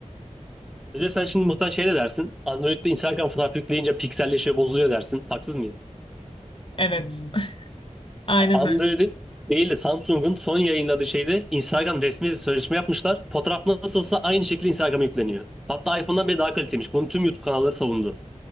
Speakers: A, in the centre; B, on the left.
A: Bir de sen şimdi muhtemelen şey de dersin. Android'de Instagram fotoğrafı yükleyince pikselleşiyor, bozuluyor dersin. Haksız mıyım?
B: Evet. <laughs> Aynen
A: A- Android'in
B: öyle.
A: değil de Samsung'un son yayınladığı şeyde Instagram resmi sözleşme yapmışlar. Fotoğraf nasılsa aynı şekilde Instagram'a yükleniyor. Hatta iPhone'dan bile daha kaliteliymiş. Bunu tüm YouTube kanalları savundu.